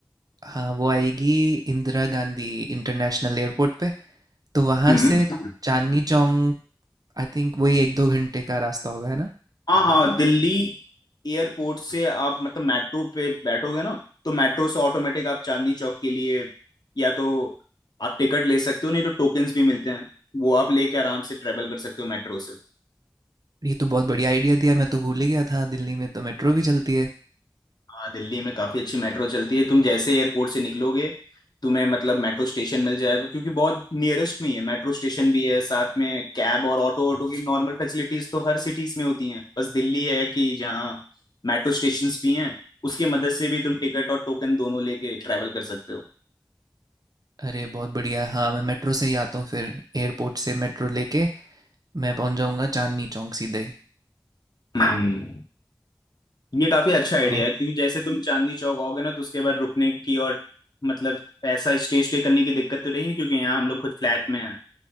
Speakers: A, on the right; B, on the left.
A: हाँ वो आएगी इंदिरा गांधी इंटरनेशनल एयरपोर्ट पे तो वहाँ
B: हम्म
A: से चांदनी चौक आई थिंक वही एक दो घंटे का रास्ता होगा है ना
B: हाँ हाँ दिल्ली एयरपोर्ट से आप मतलब मेट्रो पे बैठोगे ना तो मेट्रो से ऑटोमेटिक आप चांदनी चौक के लिए या तो आप टिकट ले सकते हो नहीं तो टोकन्स भी मिलते हैं वो आप लेके आराम से ट्रेवल कर सकते हो मेट्रो से
A: ये तो बहुत बढ़िया आइडिया दिया मैं तो भूल ही गया था दिल्ली में तो मेट्रो भी चलती है
B: हाँ दिल्ली में काफी अच्छी मेट्रो चलती है तुम जैसे एयरपोर्ट से निकलोगे तुम्हें मतलब मेट्रो स्टेशन मिल जाएगा क्योंकि बहुत नियरेस्ट में ही है मेट्रो स्टेशन भी है साथ में कैब और ऑटो ऑटो की नॉर्मल फैसिलिटीज तो हर सिटीज में होती हैं बस दिल्ली है कि जहाँ मेट्रो स्टेशन भी हैं उसकी मदद से भी तुम टिकट और टोकन दोनों लेके ट्रैवल कर सकते हो
A: अरे बहुत बढ़िया हाँ मैं मेट्रो से ही आता हूँ फिर एयरपोर्ट से मेट्रो लेके मैं पहुँच जाऊँगा चांदनी चौक सीधे ही
B: हम्म ये काफी अच्छा आइडिया
A: और
B: है क्योंकि जैसे तुम चांदनी चौक आओगे ना तो उसके बाद रुकने की और मतलब ऐसा स्टे स्टे करने की दिक्कत तो रहेगी नहीं क्योंकि यहाँ हम लोग खुद फ्लैट में हैं